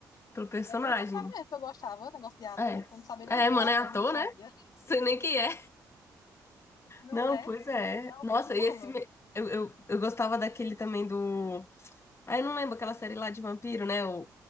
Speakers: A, on the left; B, on the left.
A: pelo personagem.
B: E é pelo personagem que eu gostava, negócio de ator.
A: É.
B: Eu não sabia nem
A: É,
B: dos
A: mano,
B: atores,
A: é ator,
B: eu não
A: né?
B: sabia.
A: Sei nem quem é.
B: Não
A: Não,
B: é?
A: pois é. Nossa,
B: Eu ficava.
A: e esse. me- Eu, eu, eu gostava daquele também do. Ah, eu não lembro aquela série lá de vampiro, né? O,